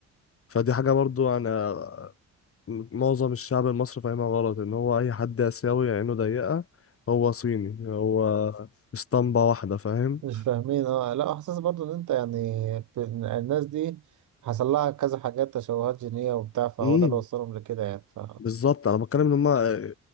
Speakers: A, on the left; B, on the right.
A: فدي حاجة برضو أنا معظم الشعب المصري فاهمها غلط إن هو أي حد آسيوي عينه ضيقة هو صيني هو اسطمبة واحدة فاهم؟
B: مش فاهمين اه لا احساس برضو ان انت يعني ب- الناس دي حصل لها كذا حاجات تشوهات جينية وبتاع فهو
A: امم
B: ده اللي وصلهم لكده يعني ف
A: بالظبط أنا بتكلم إن هما